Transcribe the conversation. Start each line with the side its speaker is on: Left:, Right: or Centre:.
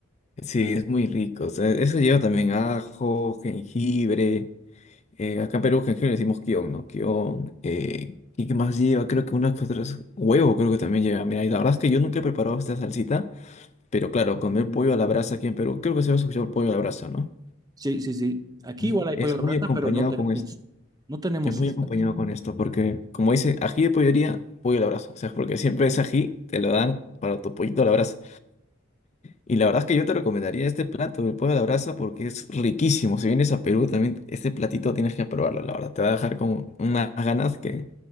Left: Sí, es muy rico. O sea, eso lleva también ajo, jengibre. Eh, acá en Perú, que le decimos kion, ¿no? Kion. Eh, ¿y qué más lleva? Creo que unas que otras. Huevo, creo que también lleva. Mira, y la verdad es que yo nunca he preparado esta salsita, pero claro, comer pollo a la brasa aquí en Perú, creo que se va a escuchar pollo a la brasa, ¿no?
Right: Sí, sí, sí. Aquí
Left: Ujú.
Right: igual hay
Left: Es
Right: pollo a la
Left: muy
Right: brasa,
Left: acompañado
Right: pero no tenemos,
Left: con esto.
Right: no tenemos
Left: Es muy
Right: su salsa.
Left: acompañado con esto, porque como dice, ají de pollería, pollo a la brasa. O sea, porque siempre ese ají te lo dan para tu pollito a la brasa. Y la verdad es que yo te recomendaría este plato del pollo a la brasa porque es riquísimo. Si vienes a Perú también, este platito tienes que probarlo, la verdad. Te va a dejar con unas ganas que...